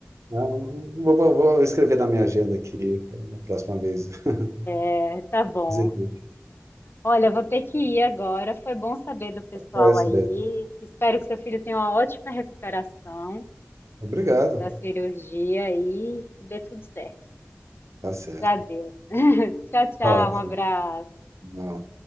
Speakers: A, on the right; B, on the left.
A: Ah, Vou, vou- vou escrever na minha agenda aqui pra- na próxima vez. <laughs>
B: É, tá bom.
A: Dizer isso,
B: Olha, vou ter que ir agora. Foi bom saber do pessoal
A: pra essa
B: aí.
A: ideia.
B: Espero que seu filho tenha uma ótima recuperação
A: Obrigado.
B: da cirurgia e que dê tudo certo.
A: Tá certo.
B: Já deu. Tchau, tchau.
A: Ótimo.
B: Um abraço.
A: Não.